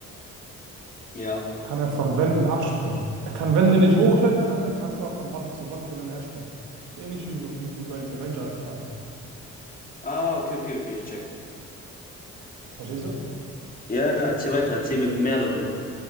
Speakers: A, on the left; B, on the right.
A: Ja.
B: Kann er von Wänden abspringen? Er kann Wände nicht hochklettern, aber er kann immer von Wand zu Wand hin und her springen. So ähnlich wie, wie, wie bei den Avengers-Teilen.
A: Ah, okay, okay, okay, ich check.
B: Verstehst du?
A: Ja, ja, erzähl weiter, erzähl mir mehr darüber.